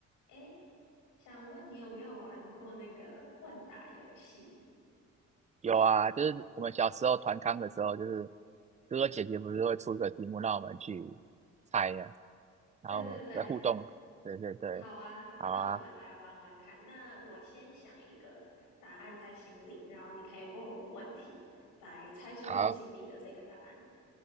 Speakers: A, on the left (about 90°); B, on the right (about 25°).
A: 诶，想问你有没有玩过那个问答游戏？
B: 有啊，就是我们小时候团康的时候，就是哥哥姐姐不是会出一个题目让我们去猜呀、然后我们来互动。
A: 对对对，
B: 对对对，
A: 好啊，
B: 好啊，
A: 那我们来玩玩看。那我先想一个答案在心里，然后你可以问我问题，来猜出我心里的这个答案。
B: 好，